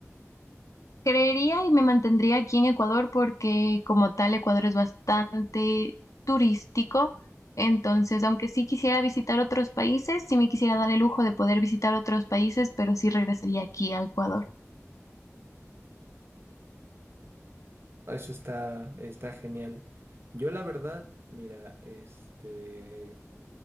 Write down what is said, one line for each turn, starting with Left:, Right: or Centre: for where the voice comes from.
Left: Creería y me mantendría aquí en Ecuador porque como tal Ecuador es bastante turístico, entonces aunque sí quisiera visitar otros países, sí me quisiera dar el lujo de poder visitar otros países, pero sí regresaría aquí a Ecuador.
Right: Eso está, está genial. Yo la verdad, mira, este,